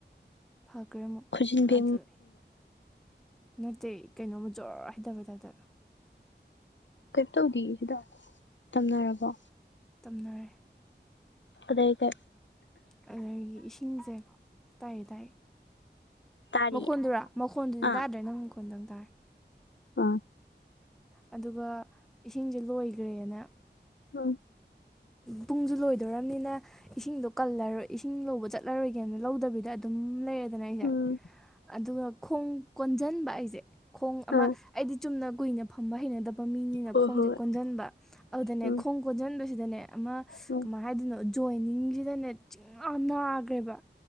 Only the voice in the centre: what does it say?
ꯐꯈ꯭ꯔꯦ ꯑꯃꯨꯛ
ꯑꯗꯨ ꯅꯠꯇꯦ ꯀꯩꯅꯣꯝꯃ ꯖꯣꯔ ꯍꯥꯏꯩꯇꯕ ꯍꯥꯏꯇꯥꯗꯅ
ꯇꯝꯅꯔꯦ
ꯑꯗꯨꯗꯒꯤ ꯏꯁꯤꯡꯁꯦ ꯇꯥꯏ ꯇꯥꯏ
ꯃꯈꯣꯟꯜꯗꯨꯔꯥ ꯃꯈꯣꯟꯜꯗꯨꯗꯤ
ꯇꯥꯗ꯭ꯔꯦ ꯅꯪ ꯃꯈꯣꯟꯜꯗꯪ ꯇꯥꯔꯦ
ꯑꯗꯨꯒ ꯏꯁꯤꯡꯁꯦ ꯂꯣꯏꯈ꯭ꯔꯦꯅ
ꯄꯨꯡꯁꯨ ꯂꯣꯏꯗꯣꯔꯅꯤꯅ ꯏꯁꯤꯡꯗꯣ ꯀꯜꯂꯔꯣꯏ ꯏꯁꯤꯡ ꯂꯧꯕ ꯆꯠꯂꯔꯣꯏꯒꯦꯅ ꯂꯧꯗꯕꯤꯗ ꯑꯗꯨꯝ ꯂꯩꯔ ꯑꯗꯨꯅ ꯑꯩꯁꯦ
ꯑꯗꯨꯒ ꯈꯣꯡ ꯀꯣꯟꯁꯤꯟꯕ ꯑꯩꯁꯦ ꯈꯣꯡ ꯑꯃ
ꯑꯩꯗꯤ ꯆꯨꯝꯅ ꯀꯨꯏꯅ ꯐꯝꯕ ꯍꯩꯅꯗꯕ ꯄ ꯃꯤꯅꯤꯅ
ꯈꯣꯡꯁꯦ
ꯀꯣꯟꯁꯤꯟꯕ ꯑꯗꯨꯗꯅꯦ
ꯈꯣꯡ ꯀꯣꯟꯁꯤꯟꯕꯁꯤꯗꯅꯦ ꯑꯃ
ꯀꯃꯥꯏ ꯍꯥꯏꯗꯣꯏꯅꯣ ꯖꯣꯏꯅꯤꯡꯁꯤꯗꯅꯦ ꯆꯤꯡ ꯌꯥꯝ ꯅꯥꯈ꯭ꯔꯦꯕ